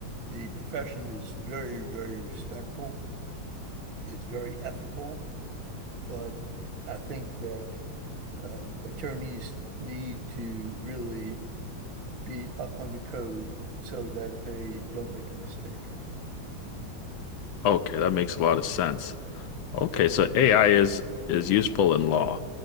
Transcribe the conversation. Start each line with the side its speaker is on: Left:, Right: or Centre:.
Right: the profession is very, very respectful, is very ethical, but I think that um, attorneys need to really be up on the code so that they don't make a mistake.
Left: Okay, that makes a lot of sense. Okay, so AI is is useful in law.